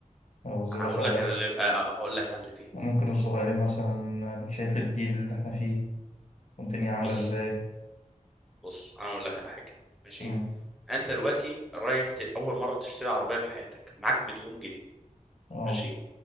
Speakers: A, on the left; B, in the centre.
A: او زوجة
B: انا هقول
A: صالحة
B: لك على اللي آه، آه، هقول لك على اللي فيها
A: ممكن الصغيرين مثلا اديك شايف الجيل اللي احنا فيه والدنيا عاملة
B: بص
A: ازاي
B: بص انا هقول لك على حاجه ماشي
A: مم.
B: انت دلوقتي رايح ت... اول مره تشتري عربيه في حياتك معاك مليون جنيه
A: اه
B: ماشي